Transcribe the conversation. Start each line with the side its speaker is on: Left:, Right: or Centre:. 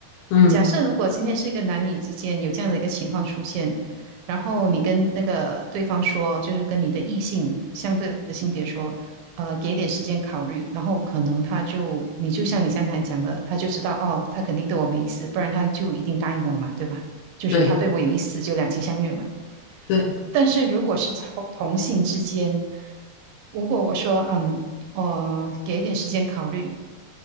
Left: 嗯，
Right: 假设如果今天是一个男女之间有这样的一个情况出现，然后你跟那个对方说，就是跟你的异性相对的性别说，呃，给点时间考虑，然后可能他就，你就像你刚才讲的，他就知道哦，他肯定对我没意思，不然他就一定答应我了嘛，对吧？就是他对我有意思，
Left: 对
Right: 就两情相悦嘛。
Left: 对，
Right: 但是如果是同同性之间，如果我说，嗯，我、给一点时间考虑。